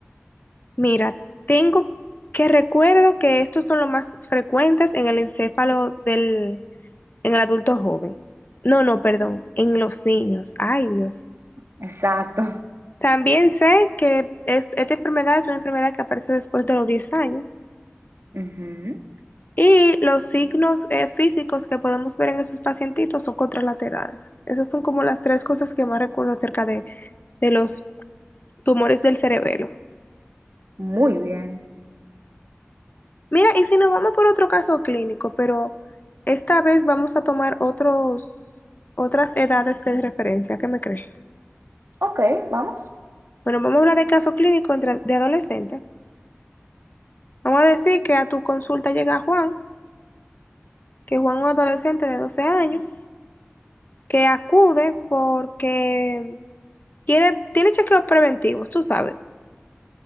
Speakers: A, on the left; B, on the right.
A: Mira, tengo que recuerdo que estos son los más frecuentes en el encéfalo del, en el adulto joven. No, no, perdón, en los niños. Ay, Dios.
B: Exacto.
A: También sé que es, esta enfermedad es una enfermedad que aparece después de los 10 años.
B: Ujú.
A: Y los signos eh, físicos que podemos ver en esos pacientitos son contralaterales. Esas son como las tres cosas que más recuerdo acerca de, de los tumores del cerebelo.
B: Muy bien.
A: Mira, y si nos vamos por otro caso clínico, pero esta vez vamos a tomar otros, otras edades de referencia, ¿qué me crees?
B: Ok, vamos.
A: Bueno, vamos a hablar de caso clínico entre- de adolescente. Vamos a decir que a tu consulta llega Juan, que Juan es un adolescente de 12 años, que acude porque quiere, tiene chequeos preventivos, tú sabes.